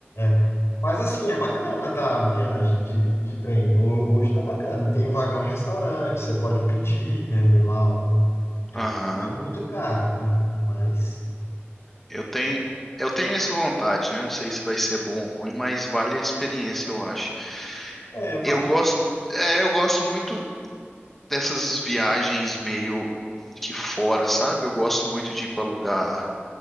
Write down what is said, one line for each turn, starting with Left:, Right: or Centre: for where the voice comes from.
Left: É. Mas assim, é bacana, tá, a viagem de, de trem. Ho- Hoje tá bacana. Tem um vagão restaurante, você pode pedir, né, lá, ó. É
Centre: Aham.
Left: tudo muito caro, né? Mas
Centre: Eu tenho, eu tenho essa vontade, né? Não sei se vai ser bom ou ruim, mas vale a experiência, eu acho.
Left: é, vale.
Centre: Eu gosto, é, eu gosto muito dessas viagens meio que fora, sabe? Eu gosto muito de ir para lugar,